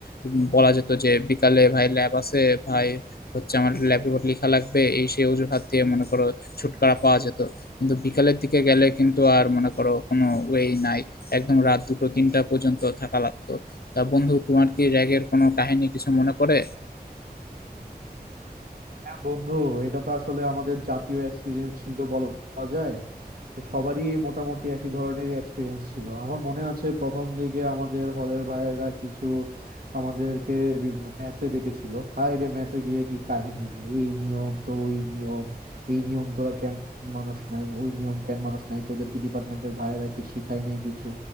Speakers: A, on the left; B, on the right.
A: উম, বলা যেত যে বিকালে ভাই ল্যাব আছে ভাই হচ্ছে আমার ল্যাব রিপোর্ট লেখা লাগবে এই সেই অজুহাত দিয়ে মনে করো ছুটকারা পাওয়া যেত কিন্তু বিকালের দিকে গেলে কিন্তু আর মনে করো কোনো ওয়েই নাই একদম রাত দুটো তিনটা পর্যন্ত থাকা লাগতো তা বন্ধু তোমার কি র্যাগের কোনো কাহিনী কিছু মনে পড়ে
B: হ্যাঁ বন্ধু এটা তো আসলে আমাদের জাতীয় এক্সপিরিয়েন্স ছিল বলা যায় তো সবারই মোটামুটি একই ধরনেরই এক্সপিরিয়েন্স ছিল আমার মনে আছে প্রথম দিকে আমাদের হলের ভাইয়েরা কিছু আমাদেরকে মেসে ডেকেছিল হাই রে মেসে গিয়ে কি কাহিনী এই নিয়ম তো ওই নিয়ম এই নিয়ম তোরা কেন মানুষ নাই ওই নিয়ম কেন মানুষ নাই তোদেরকে ডিপার্টমেন্টের ভাইয়েরা কি শিখায় নাই কিছু